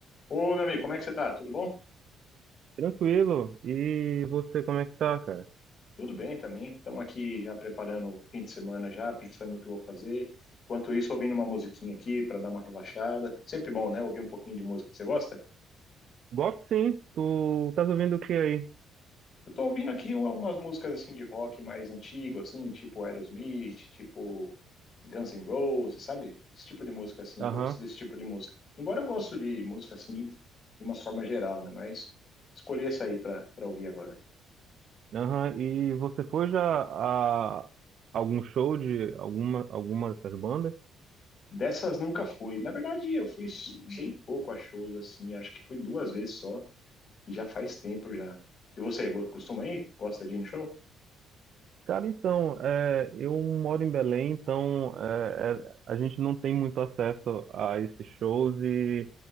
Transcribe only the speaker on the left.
Ô, meu amigo, como é que você tá? Tudo bom?
Tudo bem também. Estamos aqui já preparando o fim de semana já, pensando no que eu vou fazer. Enquanto isso, ouvindo uma musiquinha aqui para dar uma relaxada. Sempre bom, né? Ouvir um pouquinho de música. Você gosta?
Eu tô ouvindo aqui um, umas músicas assim de rock mais antigo, assim, tipo Aerosmith, tipo Guns N' Roses, sabe? Esse tipo de música assim.
Eu gosto desse tipo de música. Embora eu gosto de música assim de uma forma geral, né? Mas escolhi essa aí para para ouvir agora.
Dessas nunca fui. Na verdade, eu fui bem pouco a shows, assim. Acho que fui duas vezes só. E já faz tempo já. E você, go- costuma ir? Gosta de ir no show?